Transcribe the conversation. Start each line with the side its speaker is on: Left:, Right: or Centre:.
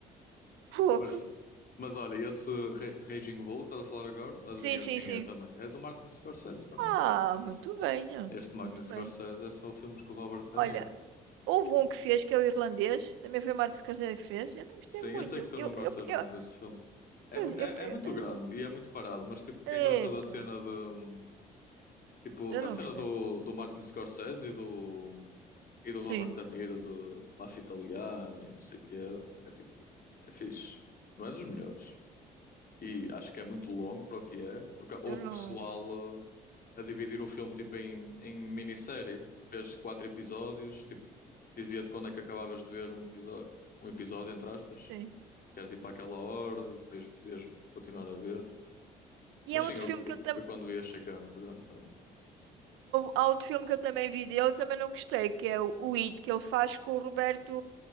Right: Fogo.
Left: Mas, mas olha, esse Ra- Raging Bull que estás a falar agora, adivinha
Right: Sim, sim,
Left: de quem
Right: sim.
Left: é também? É do Martin Scorsese também.
Right: Ah, muito bem, ó.
Left: Este Martin
Right: muito
Left: Scorsese
Right: bem.
Left: é só filmes com o Robert De
Right: Olha,
Left: Niro.
Right: houve um que fez, que é o irlandês, também foi o Martin Scorsese que fez. Eu não gostei
Left: Sim,
Right: muito.
Left: eu sei que tu
Right: Eu,
Left: não gostas
Right: eu,
Left: muito
Right: eu, ah,
Left: desse filme. É muito,
Right: eu,
Left: é, é
Right: eu,
Left: muito grande e é muito parado, mas tipo,
Right: ah,
Left: quem gosta
Right: epa,
Left: da cena de, Tipo,
Right: eu
Left: da
Right: não
Left: cena
Right: gostei.
Left: do, do Martin Scorsese e do, e do
Right: Sim,
Left: Robert De Niro de Máfia Italiana e não sei o quê. É tipo, é fixe. Não é dos melhores. E acho que é muito longo para o que é, porque houve
Right: eu não.
Left: pessoal uh, a, dividir o filme tipo em, em minissérie. Tipo, fez quatro episódios, tipo, dizia-te quando é que acabavas de ver um episódio, tipo, um episódio, entre aspas,
Right: Sim.
Left: que era tipo àquela hora e depois podias continuar a ver.
Right: E
Left: Mas
Right: há
Left: sim,
Right: outro
Left: eu,
Right: filme
Left: eu,
Right: que eu também.
Left: eu quando vi achei que era muito grande também.
Right: Há outro filme que eu também vi dele, também não gostei, que é o, o It, que ele faz com o Roberto.